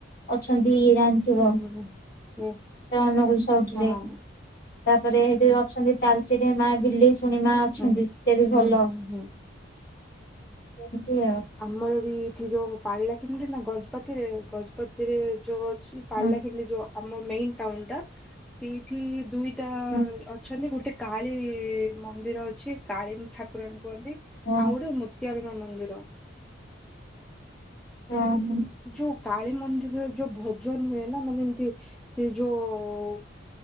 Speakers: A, on the left; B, in the centre.
A: ଅଛନ୍ତି ଜାଣିଥିବ
B: ହୁଁ ହୁଁ। ଓ
A: ସେ ଅନୁଗୁଳ ସାଇଟ
B: ହଁ।
A: ରେ ତାପରେ ସେଇଠି ଅଛନ୍ତି ତାଲଚେରି ମା ବିଲି ପୁଣି ମା ଅଛନ୍ତି
B: ହୁଁ।
A: ସେ ବି ଭଲ।
B: ହୁଁ ହୁଁ ହୁଁ
A: ଏମିତି ଆଉ
B: ଆମର ବି ଏଠି ଯୋଉ ପାରଳାଖେମୁଣ୍ଡି ନୁହଁ ଗଜପତିରେ ଗଜପତିରେ ଯୋଉ ପାରଲାଖେମୁଣ୍ଡି
A: ହୁଁ
B: ଯୋଉ ଆମ ମେନ ଟାଉନ ଟା ସେଇଠି ଦୁଇ ଟା
A: ହୁଁ
B: ଅଛନ୍ତି ଗୋଟେ କାଳୀ ମନ୍ଦିର ଅଛି। କାଳୀ ଠାକୁରାଣୀ କୁହନ୍ତି
A: ହଁ।
B: ଆଉ ଗୋଟେ <unintelligible> ମନ୍ଦିର।
A: ହଁ
B: ଯୋଉ କାଳୀ ମନ୍ଦିରରେ ଯୋଉ ଭଜନ ହୁଏ ନା ମାନେ ଏମିତି ସେ ଯୋଉ